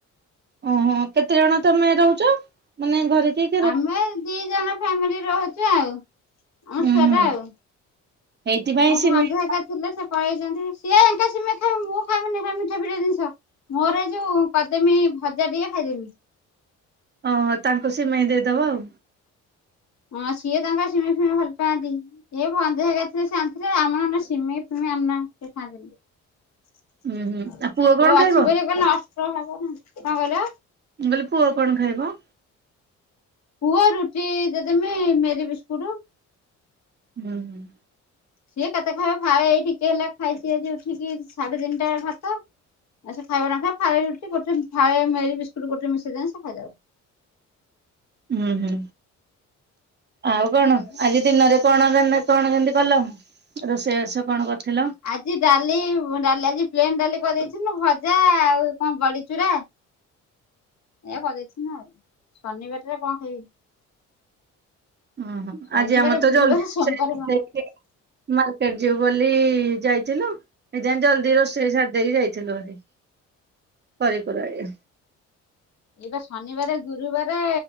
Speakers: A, on the right; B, on the left.
A: ଓହୋ କେତେ ଜଣ ତମେ ରହୁଚ, ମାନେ ଘରେ <unintelligible>
B: ଆମେ ଦି ଜଣ ଫ୍ୟାମିଲି ରହୁଚୁ ଆଉ, ଆମ
A: ଉୁଁ
B: ଛୁଆଟା
A: ହୁଁ
B: ଆଉ।
A: ସେଇଥିପାଇଁ
B: ମୋ ଭଞ୍ଜା
A: ସିମେଇ
B: ହେରୀକା ଥିଲେ ସେ ପଳେଇଚନ୍ତି, ସିଏ <unintelligible> ସିମେଇଁ ଖାଇବେ ମୁଁ <unintelligible> ସେ ମିଠି-ପିଠା ଜିନିଷ। ମୋର ଏଯୋଉ <unintelligible> ଭଜା ଟିକେ <unintelligible>
A: ଓହୋ, ତାଙ୍କୁ ସିମେଇଁ ଦେଇଦବ ଆଉ।
B: ହଁ, ସିଏ ତାଙ୍କର ସିମେଇଁ-ଫିମେଇଁ ଭଲ୍ ପାଆନ୍ତି। ଏ ଭଞ୍ଜା <unintelligible> ଥିଲେ ସେ ଆଣିଥିଲେ, ଆମର <unintelligible> ସିମେଇଁ-ଫିମେଇଁ <unintelligible> ସେ ଖାଆନ୍ତିନି।
A: ହୁଁ ହୁଁ ଆଉ ପୁଅ କଣ
B: ଏ
A: ଖାଇବ?
B: ଅଛି ବୋଲି <unintelligible> ନଷ୍ଟ ହବ ନା, କଣ କହିଲ?
A: ମୁଁ କହିଲି ପୁଅ କଣ ଖାଇବ?
B: ପୁଅ ରୁଟି ଯେ ଦେମି ମେରି ବିସ୍କୁଟ୍।
A: ହୁଁ ହୁଁ।
B: ସିଏ କେତେ ଖାଇବ ଫାଳେ ଏଇ ଟିକେ ହେଲା ଖାଇଛି ଆଜି ଉଠିକି ସାଢେ ତିନିଟା ବେଳେ ଭାତ। ଆଉ ସେ ଖାଇବ ନଖାଇବ ଫାଳେ ରୁଟି ଗୋଟେ ଫାଳେ ମେରି ବିସ୍କୁଟ୍ ଗୋଟେ ମିଶେଇଦେଲେ ସେ ଖାଇଦବ।
A: ହୁଁ ହୁଁ
B: ଖାଇଦବ।
A: ଆଉ କଣ ଆଜି। ଦିନରେ କଣ ରେନେ କଣ କେମିତି କଲ ରୋଷେଇ ବାସ କଣ କରିଥିଲ?
B: ଆଜି ଡାଲି ଡାଲି ଆଜି ପ୍ଲେନ ଡାଲି କରିଦେଇଥିଲୁ ଭଜା ଆଉ କଣ ବଡିଚୁରା। <inaudible> ଏଇଆ କରିଦେଇଥିଲୁ ଆଉ ଶନିବାର ଟାରେ କଣ ଖାଇବି।
A: ଓହୋ
B: ଶନିବାର
A: ଆଜି ଆମର ତ
B: ଗୁରୁବାର
A: ଜଲ୍ଦି ରୋଷେଇ
B: ସୋମବାର ମଙ୍ଗଳବାର
A: ହେଇଯାଇଛି। ମାର୍କେଟ ଯିବୁ ବୋଲି ଯାଇଥିଲୁ। ସେଇ ଯାଇ ଜଲ୍ଦି ରୋଷେଇ ସାରିଦେଇ ଯାଇଥିଲୁ ଭାରି।
B: ହ <inaudible>
A: କରିପାରେ।
B: <inaudible> ଏବେ ଶନିବାରେ, ଗୁରୁବାରେ,